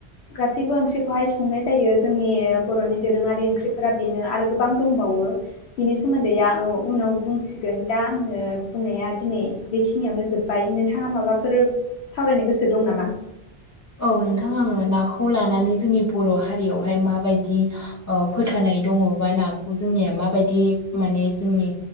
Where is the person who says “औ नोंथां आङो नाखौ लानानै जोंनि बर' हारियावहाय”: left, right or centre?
Left